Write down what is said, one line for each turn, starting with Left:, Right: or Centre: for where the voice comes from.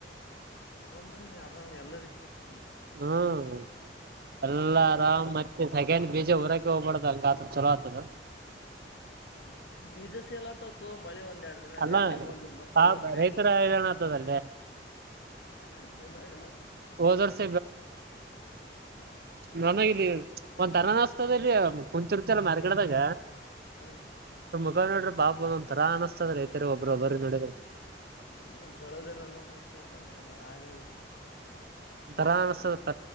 Left: ಅದ ಬಂದ್ರಿ ಆರಾಮ್ ಎಲ್ಲರಿಕ್ಕೆ <unintelligible>
Right: ಹ್ಮ್ ಎಲ್ಲ ಆರಾಮ್ ಮತ್ತೆ ಸ <unintelligible> ಹೇನ್ ಬೀಜ ಹೊರೆ ಹೋಗ್ಬಾರಡ್ದ್ ಹಂಗ ಆತ ಚಲೋ ಆಗ್ತದ.
Left: ಹ್ಮ್ ಬೀಜಸ ಎಲ್ಲತತ ಮಳಿ ಒಂದ್ ಎರಡು ದಿನ
Right: ಅಲ್ಲಾ
Left: ಲೇಟ ಆಗಿ ಬಂದ್ರು ಮಸ್ತ್
Right: ಪಾಪ
Left: ಹೋಗ್ಬಿಡಿ
Right: ರೈತರ
Left: ಆಯ್ಕ
Right: ಹೈರಾಣ ಆತದಲ್ಲಿ
Left: <unintelligible> ಏನಾಗಲ್ಲ
Right: ಹೋದ್ ವರ್ಷ ನನಗೆ ಇಲ್ಲಿ ಒಂದ ತರನಾಸ್ತ ಇಲ್ಲಿ ಕುಂತುರುತಿ ಎಲ್ಲ ಮಾರ್ಗಡೆದಾಗ.
Left: ಹ್ಮ್
Right: ನೋಡ್ರಿ ಬಾಬಂದ ಒಂದ ತರ ಅನಸ್ತದ ರ ಐತರಿ ಒಬ್ಬರುಬ್ಬರು ನೋಡಿದ್ರ <unintelligible>
Left: ಹ್ಮ ಬೆಳದಿರಲ್ಲ ಮತ್ತ ಆಗದೆೇ
Right: ಬರ ಅನ್ಸದಪ್ಪ